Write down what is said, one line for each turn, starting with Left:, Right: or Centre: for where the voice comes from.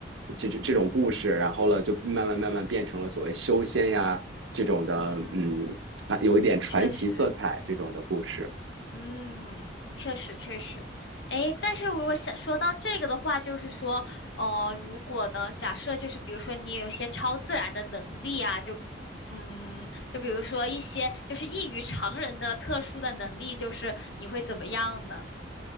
Right: 这这这种故事，然后了就慢慢慢慢变成了所谓修仙呀这种的，
Left: 嗯，
Right: 嗯，啊有一点传奇色彩这种的故事。
Left: 确实，嗯，确实确实，诶，但是如果想说到这个的话，就是说，哦、如果呢，假设就是比如说你有一些超自然的能力啊，就，嗯，就比如说一些就是异于常人的特殊的能力，就是你会怎么样呢？